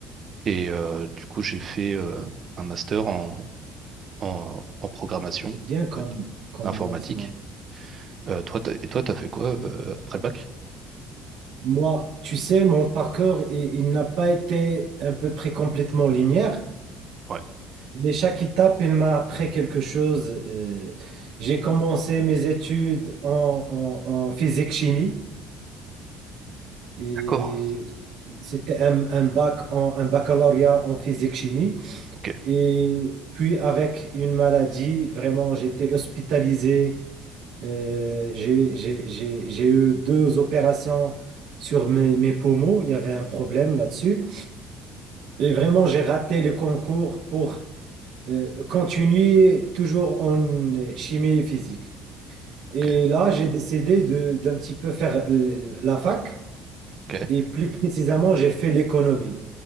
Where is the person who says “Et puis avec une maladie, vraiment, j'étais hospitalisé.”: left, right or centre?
Right